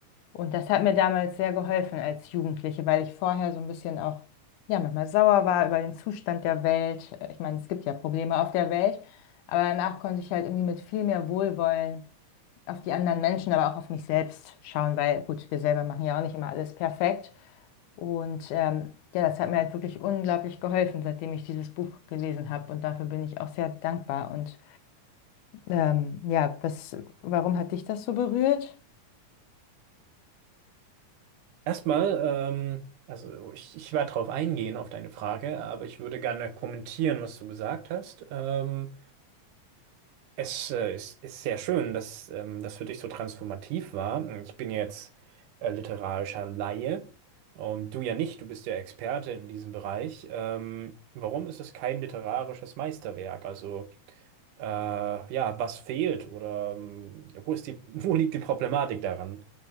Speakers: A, on the left; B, on the right.
A: Und das hat mir damals sehr geholfen als Jugendliche, weil ich vorher so ein bisschen auch, ja, manchmal sauer war über den Zustand der Welt. Äh, Ich meine, es gibt ja Probleme auf der Welt, aber danach konnte ich halt irgendwie mit viel mehr Wohlwollen auf die anderen Menschen, aber auch auf mich selbst schauen, weil gut, wir selber machen ja auch nicht immer alles perfekt. Und ähm, ja, das hat mir halt wirklich unglaublich geholfen, seitdem ich dieses Buch gelesen habe. Und dafür bin ich auch sehr dankbar. Und ähm, ja, was, warum hat dich das so berührt?
B: Erstmal, ähm, also ich, ich werde darauf eingehen, auf deine Frage, aber ich würde gerne kommentieren, was du gesagt hast. Ähm, es äh, ist, ist sehr schön, dass ähm, das für dich so transformativ war. Ich bin ja jetzt äh, literarischer Laie und du ja nicht, du bist ja Experte in diesem Bereich. Ähm, warum ist es kein literarisches Meisterwerk? Also äh, ja, was fehlt oder ähm, wo ist die, <laughs> wo liegt die Problematik daran?